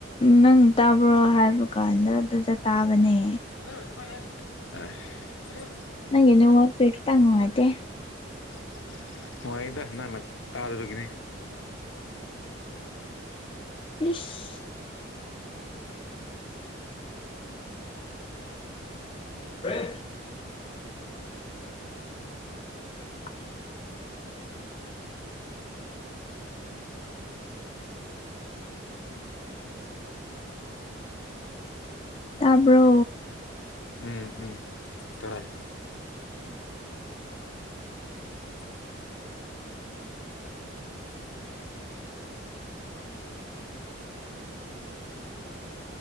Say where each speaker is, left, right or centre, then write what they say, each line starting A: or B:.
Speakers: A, on the left; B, on the left.
A: ꯅꯪ ꯇꯥꯕ꯭ꯔꯣ ꯍꯥꯏꯕ ꯀꯥꯟꯗ ꯑꯗꯨꯗ ꯇꯥꯕꯅꯦ
B: <unintelligible> ꯑꯁ ꯍꯥꯏꯌꯨ
A: ꯅꯪꯒ ꯅꯦꯠꯋꯛꯁꯦ ꯈꯤꯇꯪ ꯅꯨꯡꯉꯥꯏꯇꯦ
B: <unintelligible> ꯅꯨꯉꯥꯏꯗ ꯅꯪꯅ ꯇꯥꯗꯕꯒꯤꯅꯤ
A: ꯏꯁ
B: <unintelligible>
A: <unintelligible> <inaudible> <inaudible> ꯇꯥꯕ꯭ꯔꯣ
B: ꯎꯝ ꯎꯝ ꯇꯥꯏ <unintelligible> <inaudible>